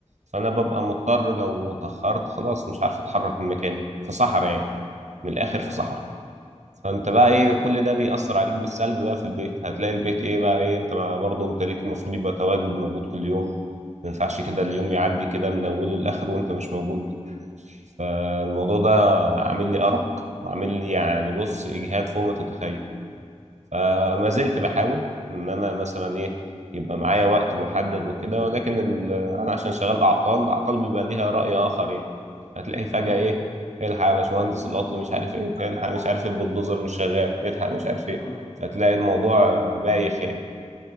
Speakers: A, on the right; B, on the left.
A: فانا ببقى
B: اه
A: مضطر لو اتاخرت خلاص مش عارف اتحرك من مكاني في صحراء يعني من الاخر في
B: اه
A: صحراء فانت بقى ايه كل ده بيأثر عليك بالسلب بقى في البيت هتلاقي البيت ايه بقى ايه انت بقى برضه انت ليك المفروض يبقى تواجد موجود كل يوم ما ينفعش كده اليوم يعدي كده من اوله لاخره وانت مش موجود فالموضوع ده عامل لي ارق وعامل لي يعني بص اجهاد فوق ما تتخيل فما زلت بحاول ان انا مثلا ايه يبقى معايا وقت محدد وكده ولكن ال... انا عشان شغال اعطال الاعطال بيبقى ليها راي اخر يعني هتلاقيه فجاه
B: اه
A: ايه الحق يا باشمهندس العطل مش عارف ايه الحق مش عارف البلدوزر مش شغال الحق مش عارف ايه
B: اه
A: فتلاقي الموضوع آه، بايخ يعني